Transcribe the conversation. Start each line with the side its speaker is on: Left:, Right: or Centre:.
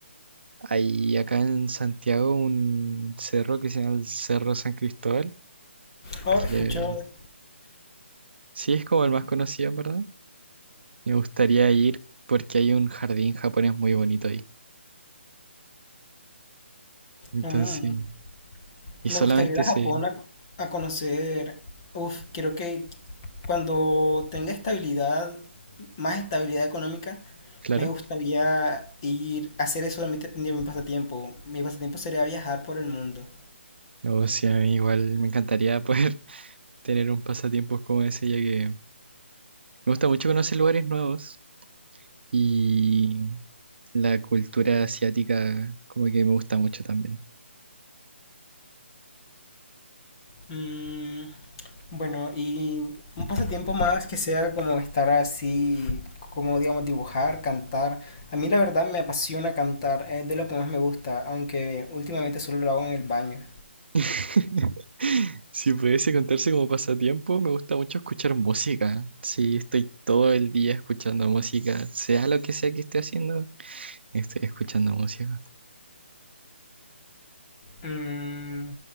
Right: hay acá en Santiago un cerro que se llama el Cerro San Cristóbal,
Left: Oh, he
Right: que
Left: escuchado.
Right: sí es como el más conocido, en verdad, Me gustaría ir porque hay un jardín japonés muy bonito ahí. Entonces,
Left: Mm.
Right: y
Left: Me
Right: solamente
Left: gustaría ir a
Right: se,
Left: Japón a, a conocer. Uf, creo que cuando tenga estabilidad, más estabilidad económica,
Right: claro,
Left: me gustaría ir a hacer eso de mi, te- de mi pasatiempo. Mi pasatiempo sería viajar por el mundo.
Right: o sea, a mí igual me encantaría poder <laughs> tener un pasatiempo como ese, ya que me gusta mucho conocer lugares nuevos y la cultura asiática como que me gusta mucho también.
Left: Mm, bueno, y un pasatiempo más que sea como estar así, como digamos dibujar, cantar. A mí la verdad me apasiona cantar, es de lo que más me gusta, aunque últimamente solo lo hago en el baño.
Right: <laughs> Si pudiese contarse como pasatiempo, me gusta mucho escuchar música. Sí, estoy todo el día escuchando música, sea lo que sea que esté haciendo, estoy escuchando música.
Left: Mm,